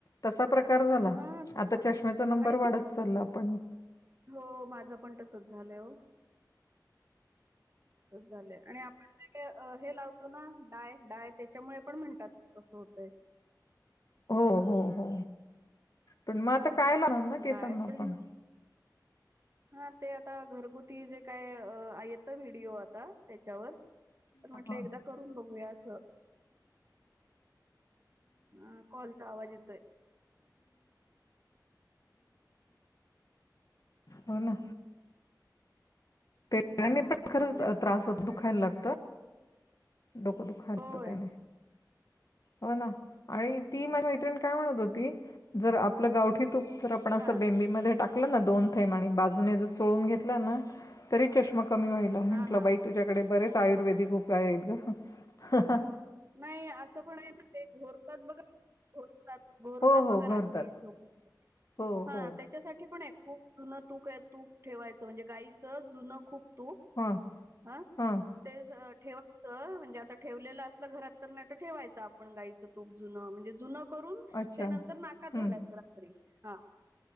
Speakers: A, on the left; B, on the right.
A: तसा प्रकार झाला
B: हा
A: आता चष्मेचा नंबर
B: आणि
A: वाढत
B: ती
A: चालला पण,
B: हो माझं पण तसंच झालंय हो, अस झालंय आणि आपण का, अ हे लावतो ना डाय डाय त्याच्यामुळे पण म्हणतात असं होतंय
A: हो हो हो पण मग आता काय लावणार ना केसांना
B: डाय
A: आपण,
B: पण मग हा ते आता घरगुती जे काय आहेत ना व्हिडिओ आता त्याच्यावर तर म्हटलं
A: हा,
B: एकदा करून बघूया असं हा, कॉलचा आवाज येतोय
A: हो ना, त्यानी पण खरंच
B: बघूया
A: त्रास होत दुखायला लागत, डोकं दुखातत
B: होय
A: त्याने हो ना, आणि ती
B: होय
A: माझी मैत्रिणी काय म्हणत होती जर आपलं गावठी तूप जर आपण असं
B: हा
A: बेंबीमध्ये टाक, कलना दोन थे आणि बाजूने जर चोळून घेतला ना तरी चष्मा कमी व्हाला म्हंटल
B: हा हा
A: बाई तुझ्याकडे बरेच आयुर्वेदिक उपाय आहेत ग,
B: नाही असं पण आहे ना ते घोरतात बघा घोरतात घोरतात
A: हो, हो
B: बघा
A: घोरतात.
B: रात्री झोपली,
A: हो,
B: हा.
A: हो.
B: त्याच्यासाठी पण आहे खूप जुनं तूक आहे तूप ठेवायचं म्हणजे गायचं जुनं खूप, तूप
A: हां,
B: हा‌
A: हां.
B: तेच ठेवाचं म्हणजे आता ठेवलेलं असत, घरात तर नाही तर ठेवायचं आपण गायचं तूप जुन म्हणजे जुनं, करून
A: अच्छा.
B: ते नंतर नाकात घालायचं
A: हं.
B: रात्री हा,